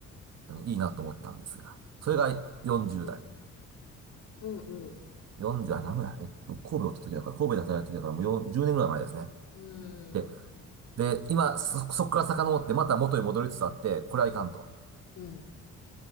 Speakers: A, on the right; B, on the left.
A: あのいいなと思ったんですが、それが40代。
B: うん、うん、
A: 40代、何もや、えっと、神戸おった時だから、神戸で働いた時だから、もう4 10年ぐらい前ですね。
B: うん、
A: で、
B: うーん、
A: で、今、そ、そこから遡って、また元に戻りつつあって、これはいかんと。
B: うん、